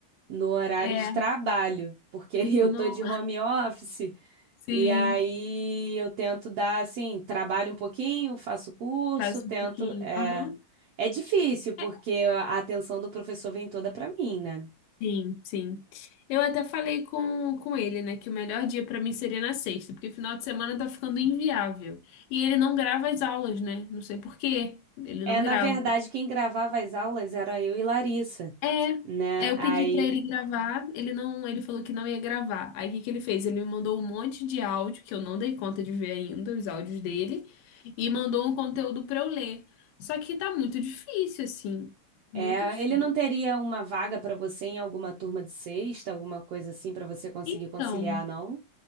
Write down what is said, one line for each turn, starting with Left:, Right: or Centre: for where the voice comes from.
Right: no horário
Left: É,
Right: de trabalho, porque <laughs> eu
Left: não,
Right: tô de home office,
Left: sim,
Right: e aí eu tento dar, assim, trabalho um pouquinho, faço curso,
Left: faz
Right: tento.
Left: um pouquinho.
Right: É,
Left: Aham.
Right: é difícil, porque
Left: É,
Right: a atenção do professor vem toda para mim, né?
Left: sim, sim. Eu até falei com, com ele, né, que o melhor dia pra mim seria na sexta, porque final de semana tá ficando inviável. E ele não grava as aulas, né? Não sei por quê. Ele
Right: É,
Left: não grava.
Right: na verdade, quem gravava as aulas era eu e Larissa
Left: É,
Right: né?
Left: é, eu
Right: Aí
Left: pedi pra ele gravar, ele não, ele falou que não ia gravar. Aí o que que ele fez? Ele me mandou um monte de áudio que eu não dei conta de ver ainda, os áudios dele, e mandou um conteúdo pra eu ler. Só que tá muito difícil assim, muito
Right: É,
Left: difícil.
Right: ele não teria uma vaga para você em alguma turma de sexta, alguma coisa assim para você conseguir
Left: Então,
Right: conciliar, não?